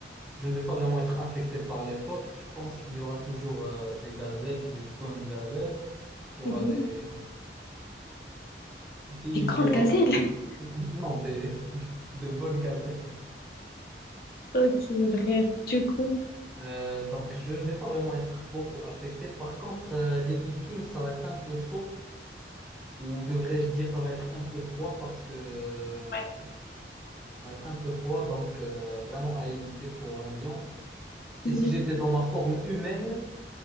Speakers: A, in the centre; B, on the left.
A: Je ne vais pas vraiment être affecté par l'époque. Je pense qu'il y aura toujours euh, des gazelles, des bonnes gazelles. Il y aura
B: Mhm.
A: des... <laughs> Il
B: Des grandes
A: y a...
B: gazelles. <laughs>
A: Non, des... de bonnes gazelles.
B: Ok, bref, du coup.
A: Euh, donc, je ne vais pas vraiment être beaucoup affecté. Par contre, euh, les Vikings, ça va être un peu chaud. Ou devrais-je dire, ça va être un peu froid parce que...
B: Ouais.
A: Ça va être un peu froid, donc euh, vraiment à éviter pour un lion. Et
B: Mhm.
A: si j'étais dans ma forme humaine,